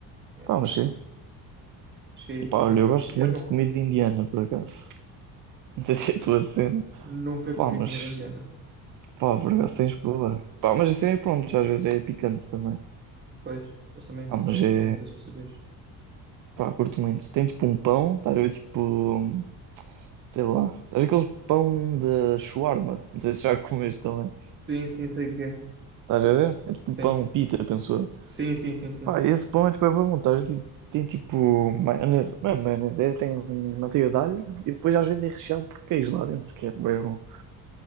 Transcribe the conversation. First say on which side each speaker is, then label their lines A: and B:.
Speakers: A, on the right; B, on the right.
A: Yeah.
B: Pá, mas sim.
A: Cheguei
B: E
A: a ir
B: pá,
A: comer.
B: olha, eu gosto
A: E
B: muito
A: é bom.
B: de comida indiana, por acaso. Não sei <laughs> se
A: Olha,
B: é a tua cena.
A: nunca
B: Pá,
A: comi
B: mas.
A: comida indiana.
B: Pá, por acaso tens de provar. Pá, mas isso aí, pronto, às vezes é picante também.
A: Pois, eles também
B: Pá,
A: são,
B: mas é.
A: põem muitas especiarias.
B: Pá, curto muito. Tem tipo um pão, estás a ver tipo, sei lá, estás a ver aquele pão da shawarma, não sei se já <laughs> comeste também.
A: Sim, sim, sei o que é.
B: Estás a ver? É tipo
A: Sim.
B: um pão pita, penso eu.
A: Sim, sim, sim, sim.
B: Pá, esse pão é tipo, é bem bom, estás a ver? Tipo, tem tipo maionese, não é maionese, é, tem manteiga de alho e depois às vezes é recheado por queijo lá dentro, que é bem bom.